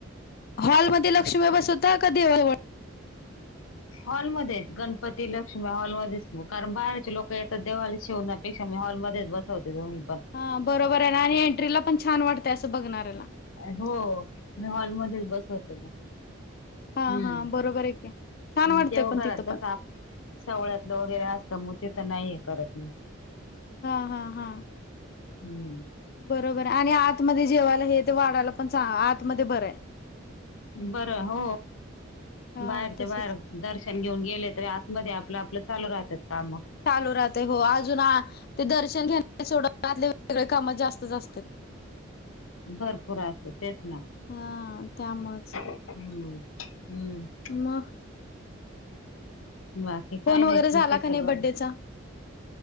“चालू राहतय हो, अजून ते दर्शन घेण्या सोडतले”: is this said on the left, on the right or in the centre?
Left